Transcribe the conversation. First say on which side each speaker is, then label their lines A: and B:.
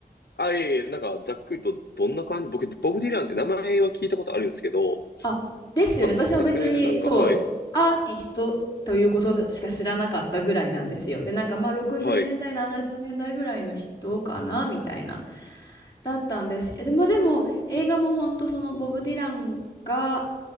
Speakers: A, on the left (about 80°); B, on the left (about 25°).
A: あ、いえいえ、なんか、ざっくりと、どんな感じ、僕、ボブ・ディランって名前は聞いたことあるんですけど、
B: あ、ですよね。
A: 全く、
B: 私も別に、
A: なんか、
B: そう、
A: はい。
B: アーティストということしか知らなかったぐらいなんですよ。で、なんかまあ60年代、
A: はい。
B: 70年代ぐらいの人かな、みたいな。だったんですけど、まあ、でも映画も本当そのボブ・ディランが